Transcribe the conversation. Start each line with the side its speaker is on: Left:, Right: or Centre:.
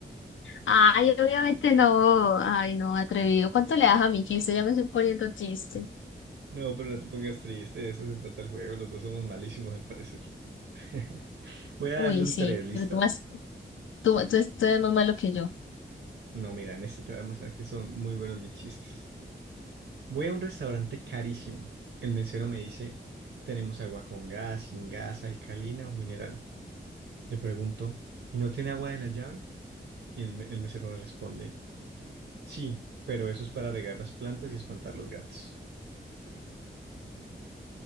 Left: Ay, obviamente no. Ay, no, atrevido. ¿Cuánto le das a mi 15? Ya me estoy poniendo triste.
Right: No, pero no te pongas triste, de eso se trata el juego. Los dos somos malísimos al parecer. <laughs> Voy a
Left: Uy,
Right: darle un
Left: sí,
Right: tres ¿listo?
Left: pero tú más, tú, tú, tú eres más malo que yo.
Right: No, mira, en este te voy a mostrar que son muy buenos mis chistes. Voy a un restaurante carísimo. El mesero me dice, tenemos agua con gas, sin gas, alcalina o mineral. Le pregunto, ¿y no tiene agua de la llave? Y el, me- el mesero me responde, sí, pero eso es para regar las plantas y espantar los gatos.